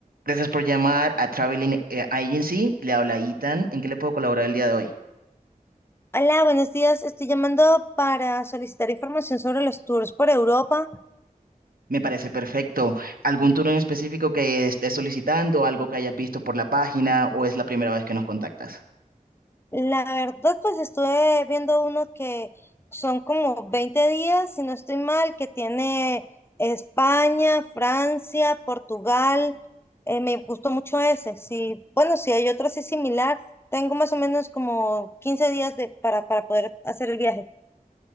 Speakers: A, on the right (about 80°); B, on the left (about 15°).
A: Gracias por llamar a Traveling eh, Agency. Le habla Ethan. ¿En qué le puedo colaborar el día de hoy?
B: Hola, buenos días. Estoy llamando para solicitar información sobre los tours por Europa.
A: Me parece perfecto. ¿Algún turno en específico que estés solicitando, algo que hayas visto por la página o es la primera vez que nos contactas?
B: La verdad, pues estuve viendo uno que son como 20 días, si no estoy mal, que tiene España, Francia, Portugal. Eh, me gustó mucho ese. Sí, bueno, si hay otro así similar, tengo más o menos como 15 días de, para, para poder hacer el viaje.